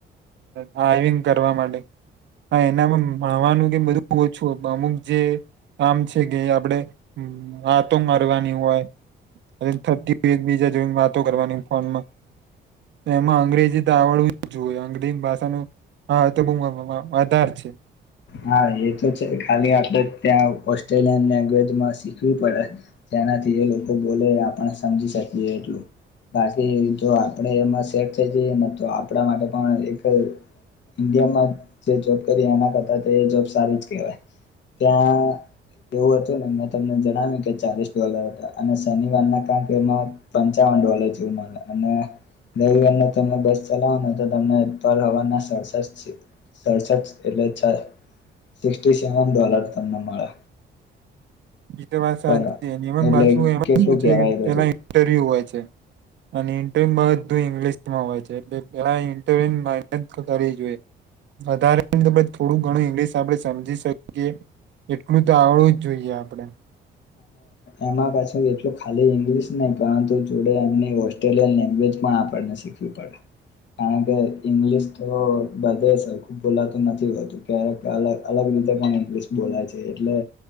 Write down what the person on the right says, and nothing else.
ડવિંગ કરવા માટે હ એનામાં ભણવાનું કે બધું ઓછું અમુક જે કામ છે, કે આપણેે હતો મારવાની હોયતી એકબીજા જોઈને વાતો કરવાની ફોનમાં એમાં અંગ્રેજી તો આવડવું જએ, અંગ્રેજી ભાષા ન આ તો આધાર છે.
બીજ વાત સાચ
છેની એમત એમાં
શું છે
પેલા ઇન્ટરવ્યુ હોય અને ઇર્યમાં બધું ઇંગલિશમાં હોય છે એટલે પેલા ર મનત કરવી જોઈએ, વધારે થોડું ઘણું ઇંગ્લશ આપણે સમજી શકીએ, એટલું તો આવડું જ જોઈએ. આપડે.